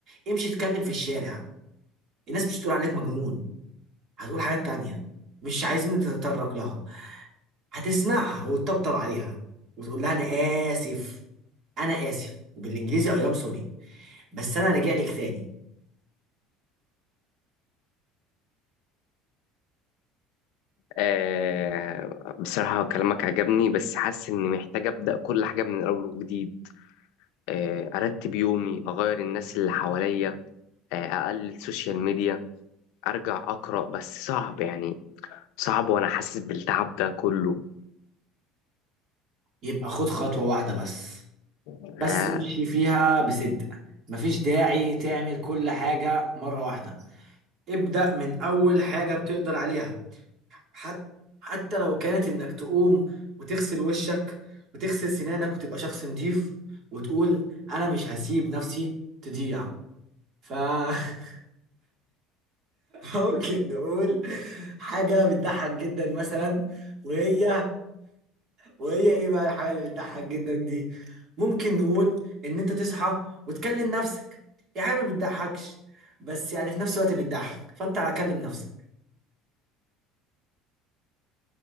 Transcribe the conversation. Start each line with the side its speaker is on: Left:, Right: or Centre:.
Right: امشي اتكلم في الشارع الناس مش هتقول عليك مجنون هتقول حاجات تانية مش عايزين نتطرق لها هتسمعها وتطبطب عليها وتقول لها انا اسف انا اسف وبالانجليزي اي ام سوري بس انا راجع لك تاني
Left: أه بصراحه كلامك عجبني بس حاسس اني محتاج ابدا كل حاجه من الاول وجديد أه ارتب يومي اغير الناس اللي حواليا أه اقلل السوشيال ميديا ارجع اقرا بس صعب يعني صعب وانا حاسس بالتعب ده كله
Right: يبقى خد خطوة واحدة بس
Left: أه
Right: بس امشي فيها بصدق مفيش داعي تعمل كل حاجة مرة واحدة ابدأ من أول حاجة بتقدر عليها حتى حتى لو كانت إنك تقوم وتغسل وشك وتغسل سنانك وتبقى شخص نظيف وتقول أنا مش هسيب نفسي تضيع ف <laughs> ممكن نقول حاجة بتضحك جدا مثلا وهي وهي إيه بقى الحاجة اللي بتضحك جدا دي ممكن نقول إن أنت تصحى وتكلم نفسك يعني حاجة ما بتضحكش بس يعني في نفس الوقت بتضحك فأنت هكلم نفسك